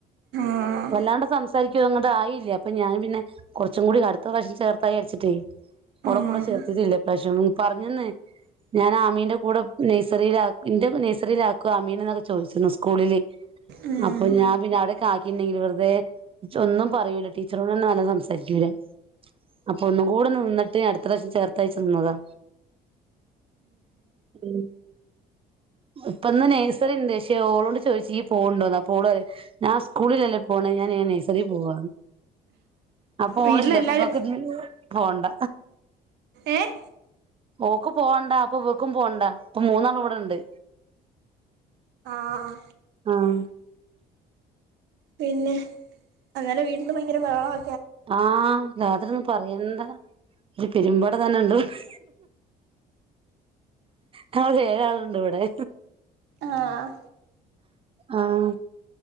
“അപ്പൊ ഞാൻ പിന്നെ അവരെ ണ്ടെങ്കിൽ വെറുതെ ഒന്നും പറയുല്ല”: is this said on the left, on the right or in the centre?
Right